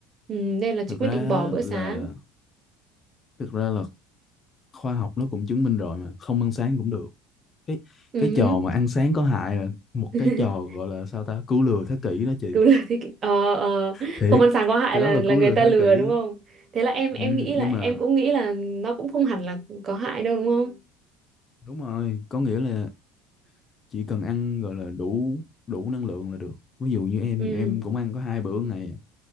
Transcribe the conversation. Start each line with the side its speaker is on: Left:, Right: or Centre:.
Right: ừ, nên là chị
Left: Thực
Right: quyết
Left: ra
Right: định
Left: á
Right: bỏ bữa
Left: là
Right: sáng
Left: thực ra là khoa học nó cũng chứng minh rồi mà không ăn sáng cũng được cái
Right: ừ.
Left: cái trò mà ăn sáng có hại là một
Right: <laughs>
Left: cái trò gọi là sao ta cứu lừa thế kỷ đó chị
Right: đúng là thế kỷ- ờ ờ
Left: thiệt
Right: không ăn sáng có hại
Left: cái
Right: là
Left: đó là
Right: là
Left: cứu
Right: người
Left: lừa
Right: ta
Left: thế
Right: lừa
Left: kỷ
Right: đúng
Left: á.
Right: không thế là em em
Left: ừ,
Right: nghĩ
Left: nhưng
Right: là em
Left: mà
Right: cũng nghĩ là nó cũng không hẳn là có hại đâu đúng không
Left: đúng rồi có nghĩa là chỉ cần ăn gọi là đủ đủ năng lượng là được ví dụ như em
Right: ừ
Left: em cũng ăn có hai bữa ngày